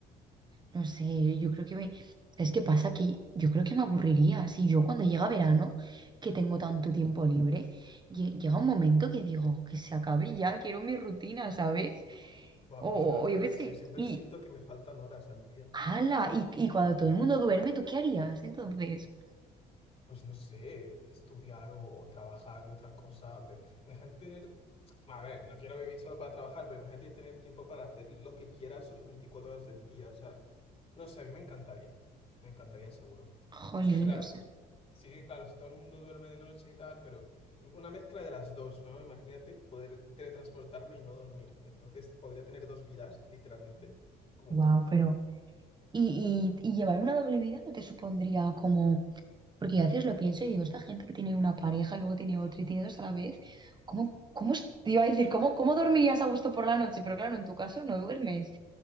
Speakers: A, on the right; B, on the left.
A: no sé, yo creo que me... ¿Sabes qué pasa? Que yo creo que me aburriría. Si yo cuando llega verano, que tengo tanto tiempo libre, lle- llega un momento que digo, que se acabe ya, quiero mi rutina, ¿sabes?
B: Buah,
A: O,
B: pues yo al revés,
A: o yo qué sé.
B: yo siempre
A: Y,
B: siento que me faltan horas al día.
A: ala, y, y cuando todo el mundo duerme, ¿tú qué harías entonces?
B: pues no sé, estudiar o, o trabajar de otra cosa. te- imagínate tener, a ver, no quiero vivir solo para trabajar, pero imagínate tener tiempo para hacer lo que quieras las 24 horas del día. O sea, no sé, a mí me encantaría, me encantaría seguro.
A: Jolín,
B: Pasa que claro,
A: o sea.
B: sí que claro, si todo el mundo duerme de noche y tal, pero una mezcla de las dos, ¿no? Imagínate poder teletransportarme y no dormir. Entonces podría tener dos vidas, literalmente. Como,
A: Wow, pero... ¿Y, y, y llevar una doble vida no te supondría como... Porque yo a veces lo pienso y digo, esta gente que tiene una pareja, luego tiene otra y tiene dos a la vez, ¿cómo, cómo, es- te iba a decir, ¿cómo, cómo dormirías a gusto por la noche? Pero claro, en tu caso no duermes.